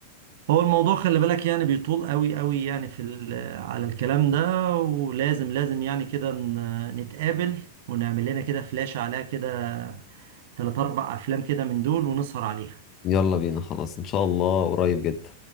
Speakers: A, on the right; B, on the left.
A: هو الموضوع خلي بالك يعني بيطول قوي قوي يعني في ال- على الكلام ده ولازم لازم يعني كده ن- نتقابل ونعمل لنا كده فلاشة عليها كده تلات أربع أفلام كده من دول ونسهر عليها
B: يلا بينا خلاص ان شاء الله قريب جدا